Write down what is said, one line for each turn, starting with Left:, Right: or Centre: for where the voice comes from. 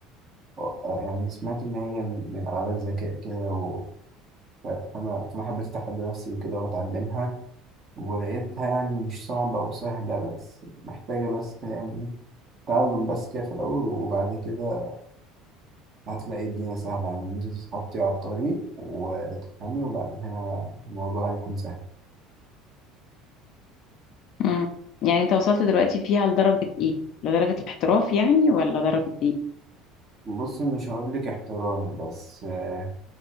Right: آه، يعني سمعت إن هي من من ألعاب الذكاء كده و... ف- فأنا فأنا حبيت أتحدى نفسي وكده وأتعلمها ولقيتها يعني مش صعبة وسهلة بس محتاجة بس كده يعني إيه تعلم بس كده في الأول وبعد كده هتلاقي الدنيا سهلة يعني إن أنت تتحطي على الطريق وتفهمي وبعدها الموضوع هيكون سهل
Left: مم. يعني انت وصلت دلوقتي فيها لدرجة ايه لدرجة الاحتراف يعني ولا درجة ايه
Right: بص مش هقولك احترام بس آه،